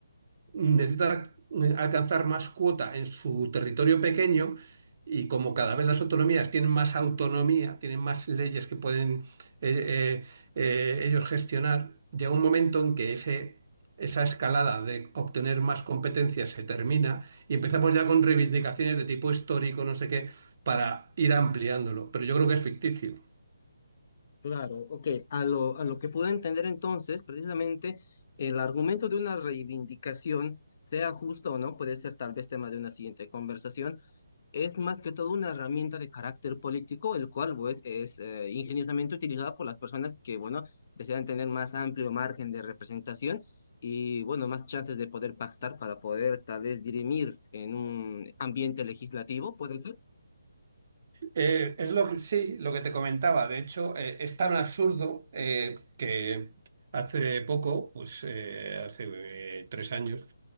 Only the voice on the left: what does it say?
Claro, ok. A lo, a lo que puedo entender entonces, precisamente el argumento de una reivindicación, sea justo, o no, puede ser tal vez tema de una siguiente conversación, es más que todo una herramienta de carácter político, el cual pues es eh, ingeniosamente utilizada por las personas que, bueno, desean tener más amplio margen de representación y, bueno, más chances de poder pactar para poder tal vez dirimir en un ambiente legislativo, puede ser.